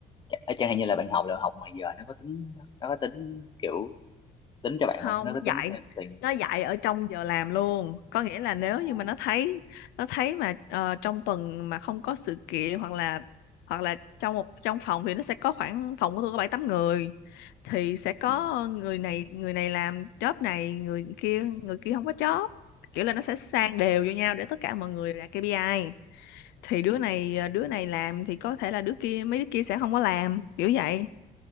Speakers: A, on the left (about 25°); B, on the left (about 80°).
A: Ch- chẳng hạn như là bạn học là học ngoài giờ nó có tính nó có tính kiểu tính cho bạn
B: không
A: không nó
B: nó
A: có
B: dạy
A: tính thêm tiền bạn
B: nó dạy
A: không?
B: ở trong giờ làm luôn có nghĩa là nếu
A: à,
B: như mà nó thấy nó thấy mà ờ, trong tuần mà không có sự kiện hoặc là hoặc là trong một trong phòng thì nó sẽ có khoảng phòng của tôi có bảy tám người thì sẽ có
A: ừ.
B: người này người này làm job này người kia người kia không có job kiểu là nó sẽ sang đều vô nhau để tất cả mọi người đạt KPI thì đứa
A: Ờ.
B: này đứa này làm thì có thể là đứa kia mấy đứa kia sẽ không có làm kiểu vậy